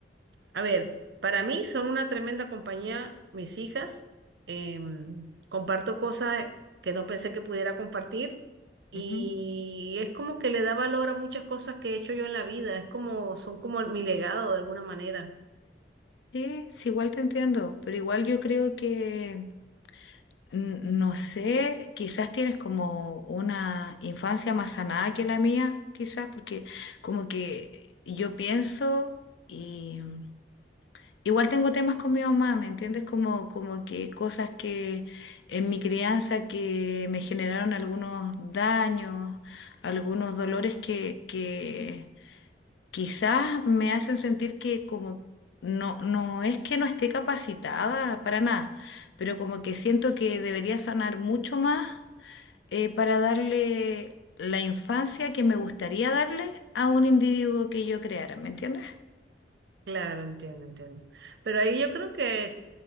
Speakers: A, on the right; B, on the left.
A: A ver, para mí son una tremenda compañía mis hijas. Em, comparto cosas que no pensé que pudiera compartir y
B: Ujú.
A: es como que le da valor a muchas cosas que he hecho yo en la vida. Es como, son como mi legado de alguna manera.
B: Sí, sí, igual te entiendo, pero igual yo creo que, n- no sé, quizás tienes como una infancia más sanada que la mía, quizás, porque como que yo pienso y mm, igual tengo temas con mi mamá, ¿me entiendes? Como, como que cosas que en mi crianza que me generaron algunos daños, algunos dolores que, que quizás me hacen sentir que como no, no es que no esté capacitada para nada, pero como que siento que debería sanar mucho más eh, para darle la infancia que me gustaría darle a un individuo que yo creara, ¿me entiendes?
A: Claro, entiendo, entiendo. Pero ahí yo creo que